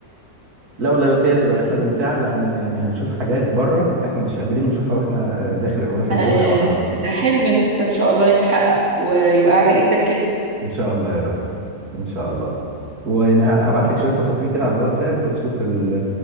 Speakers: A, on the right; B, on the right.
A: لا والله بس هي هتبقى رحلة ممتعة لأن يعني هنشوف حاجات بره إحنا مش قادرين نشوفها وإحنا آه، داخل الغلاف الجوي
B: آه،
A: أو على الأرض
B: ده حلم لسه إن شاء الله يتحقق ويبقى على إيدك كده
A: إن شاء الله يا رب إن شاء الله ويعني هبعت لك شويه تفاصيل كده على الواتساب بخصوص ال